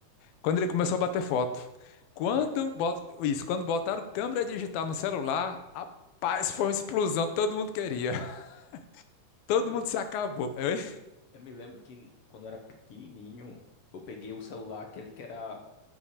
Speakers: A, on the left; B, on the left.
A: Quando ele começou a bater foto. Quando
B: Foi?
A: bot, isso, quando botaram câmera digital no celular, rapaz, foi uma explosão, todo mundo queria. <laughs> Todo
B: Eu me
A: mundo se acabou. Hein?
B: Eu me lembro que quando eu era pequenininho, eu peguei o celular, aquele que era